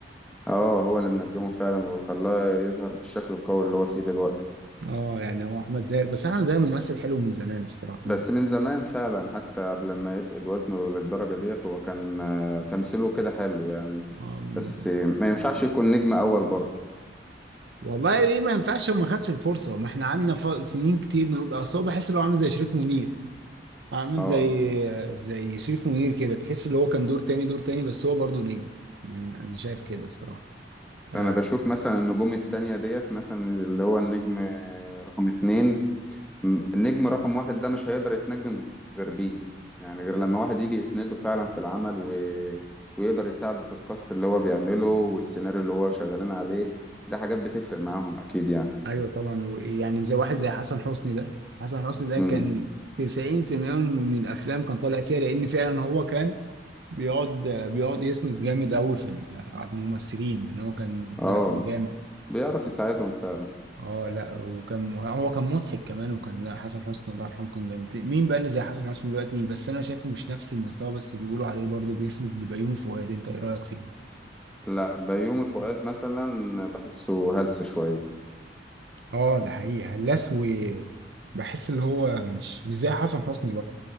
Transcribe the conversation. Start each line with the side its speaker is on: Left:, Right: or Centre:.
Centre: اه هو اللي منجمه فعلا وخلاه يظهر بالشكل القوي اللي هو فيه دلوقتي
Right: اه يعني هو احمد زاهر بس احمد زاهر ممثل حلو من زمان الصراحة
Centre: بس
Right: من
Centre: من زمان فعلا حتى قبل ما يفقد وزنه للدرجة ديت هو كان آه، تمثيله كده حلو يعني
Right: اه من
Centre: بس ما ينفعش يكون نجم اول برضه
Right: والله ليه ما ينفعش ما خدش الفرصة ما احنا قعدنا ف- سنين كتير نقول اصل هو بحس ان هو عامل زي شريف منير عامل
Centre: اه
Right: زي زي شريف منير كده تحس ان هو كان دور تاني دور تاني بس هو برضه نجم يعني انا شايف كده الصراحة آه
Centre: انا بشوف مثلا النجوم التانية ديت مثلا اللي هو النجم رقم اتنين م- النجم رقم واحد ده مش هيقدر يتنجم غير بيه يعني غير لما واحد يجي يسنده فعلا في العمل و... ويقدر يساعده في الكاست اللي هو بيعمله والسيناريو اللي هو شغالين عليه ده حاجات بتفرق معاهم اكيد يعني
Right: ايوه طبعا ويعني زي واحد زي حسن حسني ده حسن حسني ده
Centre: امم
Right: كان 90% من الافلام كان طالع فيها لان فعلا هو كان بيقعد بيقعد يسند جامد قوي في ال- على الممثلين ان هو كان
Centre: اه
Right: لا كان جامد
Centre: بيعرف يساعدهم فعلا
Right: اه لا وكان هو كان مضحك كمان وكان لا حسن حسني الله يرحمه كان جامد مين بقى اللي زي حسن حسني دلوقتي بس انا شايفه مش نفس المستوى بس بيقولوا عليه برضه بيسند لبيومي فؤاد انت ايه رايك فيه؟
Centre: لا بيومي فؤاد مثلا بحسه هلس شوية
Right: اه ده حقيقي هلاس و بحس اللي هو مش مش زي حسن حسني